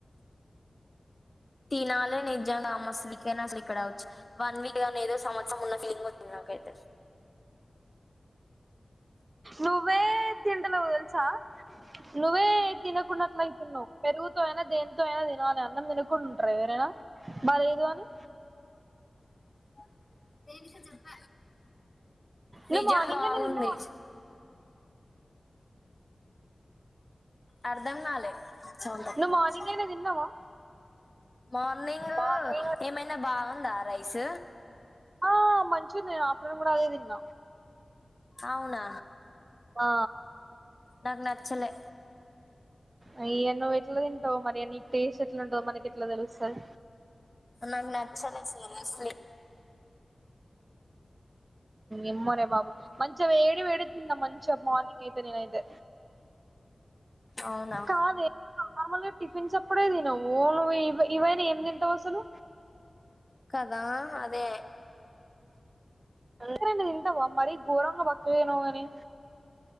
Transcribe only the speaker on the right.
నువ్వే తింటనావు తెలుసా నువ్వే తినకుండ అట్లేతున్నావ్ పెరుగుతో అయినా దేనితో అయినా తినాలి అన్నం తినకుండా ఉంటారా ఎవరైనా బాలేదు అని
నువ్
మార్నింగ్
అన్ని తిన్నావ
నువ్వు మార్నింగ్ అయినా తిన్నావా
మార్నింగ్
ఆ మంచిగుంది నేను ఆఫ్టర్నూన్ కూడా అదే తిన్న
ఆ
అ ఇయ నువ్వు ఎట్లా తింటావు మరి అ నీ టేస్ట్ ఎట్లా ఉంటదొ మనకి ఎట్లా తెలుస్తది
ఏమోరే బాబు మంచిగా వేడి వేడి తిన్నా మంచిగా మార్నింగ్ అయితే నేనైతే
కాదే నార్మల్గా టిఫిన్స్ అప్పుడే తినవు నువ్వు ఇ ఇవైనా ఏం తింటవు అసలు
అందుకనే తింటావా మరీ ఘోరంగా బక్కగా అయినవు గని